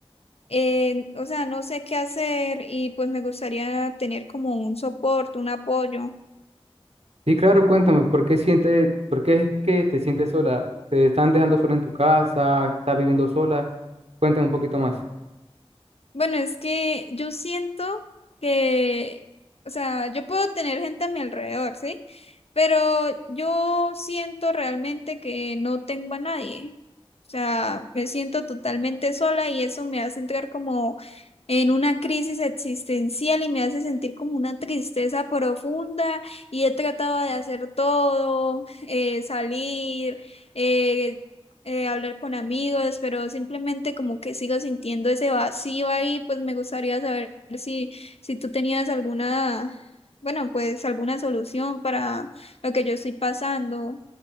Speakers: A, on the left; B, on the right.
A: eh, o sea, no sé qué hacer y pues me gustaría tener como un soporte, un apoyo.
B: Sí, claro, cuéntame, ¿por qué sientes, por qué es que te sientes sola? ¿Te están dejando sola en tu casa? ¿Estás viviendo sola? Cuéntame un poquito más.
A: Bueno, es que yo siento que, o sea, yo puedo tener gente a mi alrededor, ¿sí? Pero yo siento realmente que no tengo a nadie. O sea, me siento totalmente sola y eso me hace entrar como en una crisis existencial y me hace sentir como una tristeza profunda y he tratado de hacer todo, eh, salir, eh, eh, hablar con amigos, pero simplemente como que sigo sintiendo ese vacío ahí, pues me gustaría saber si, si tú tenías alguna, bueno, pues alguna solución para lo que yo estoy pasando.